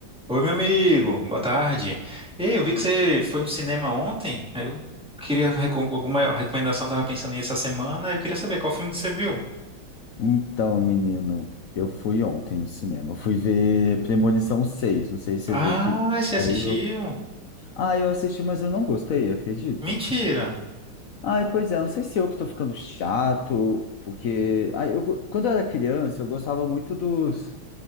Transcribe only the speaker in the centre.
Oi, meu amigo, boa tarde. Ei, eu vi que você foi no cinema ontem. aí Eu queria recom- alguma recomendação, tava pensando em ir essa semana. Eu queria saber qual filme que você viu.
Ah,
você assistiu?
Mentira.